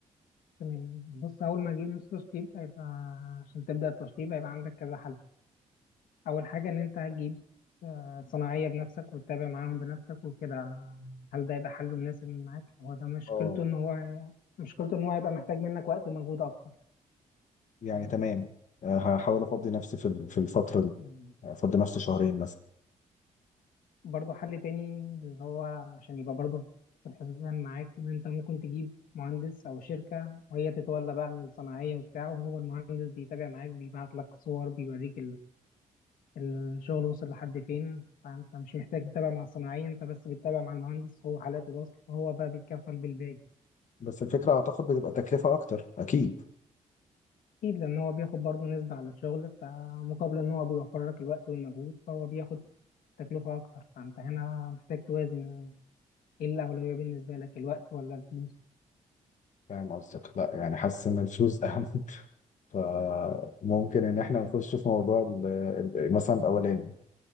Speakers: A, on the left; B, on the left.
A: تمام بص اول ما اجيب نص تشطيب هيبقى عشان تبدا التشطيب هيبقى عندك كذا حل اول حاجه ان انت هتجيب آه، صناعيه بنفسك وتتابع معاهم بنفسك وكده هل ده يبقى حل مناسب معاك هو ده مشكلته
B: اه
A: ان هو مشكلته ان هو هيبقى محتاج منك وقت ومجهود اكتر
B: يعني
A: آه،
B: تمام آه، هحاول افضي نفسي في ال- في الفتره دي
A: مم.
B: افضي نفسي شهرين مثلا
A: برضه حل تاني اللي هو عشان يبقى برضه في الحسبان معاك ان انت ممكن تجيب مهندس او شركه وهي تتولى بقى الصناعيه وبتاعه وهو المهندس بيتابع معاك بيبعت لك صور بيوريك الشغل وصل لحد فين فانت مش محتاج تتابع مع الصناعية انت بس بتتابع مع المهندس هو حالات الوصل وهو بقى بيتكفل بالباقي
B: بس الفكره اعتقد بتبقى تكلفه اكتر اكيد
A: اكيد لان هو بياخد برضه نسبة على الشغل فمقابل ان هو بيوفر لك الوقت والمجهود فهو بياخد تكلفة اكتر فانت هنا محتاج توازن ايه الاولوية بالنسبة لك الوقت ولا الفلوس
B: فاهم قصدك لا يعني حاسس ان الفلوس اهم <laughs> فممكن ان احنا نخش في موضوع ال- ال- مثلا الاولاني